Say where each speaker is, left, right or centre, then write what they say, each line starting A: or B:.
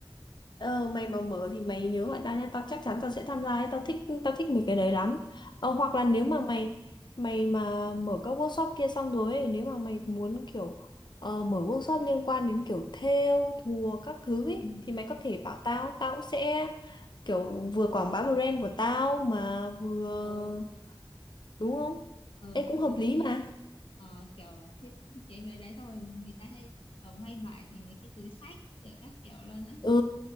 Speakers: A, on the left; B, on the left.
A: ờ, mày mà mở thì mày nhớ gọi tao nha tao chắc chắn tao sẽ tham gia ấy. tao thích tao thích mấy cái đấy lắm ờ, hoặc là nếu mà mày mày mà mở các workshop kia xong rồi ấy, nếu mà mày muốn kiểu ờ, mở workshop liên quan đến kiểu thêu thùa các thứ ấy,
B: Ừ.
A: thì mày có thể bảo tao tao cũng sẽ kiểu vừa quảng bá brand của tao mà vừa
B: Ờ,
A: đúng không
B: ờ,
A: Ê
B: cũng
A: cũng hợp
B: thú
A: lý
B: vị
A: mà
B: á. Ờ, kiểu là thiết kế mấy đấy xong rồi người ta hay kiểu may vải thành mấy cái túi xách kiểu các kiểu luôn á.
A: ừ